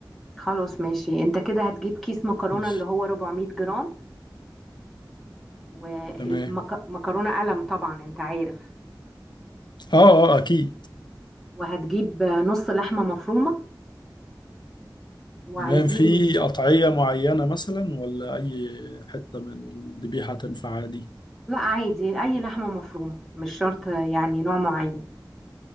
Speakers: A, in the centre; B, on the left.
A: خلاص ماشي انت كده هتجيب كيس مكرونة
B: ماشي
A: اللي هو 400 جرام ومكرونة
B: تمام
A: قلم طبعا انت عارف
B: اه اه اكيد
A: وهتجيب نص لحمة مفرومة وعايزين
B: تمام في قطعيه معينه مثلا ولا اي حته من الذبيحه تنفع عادي
A: لا عادي اي لحمة مفرومة مش شرط يعني نوع معين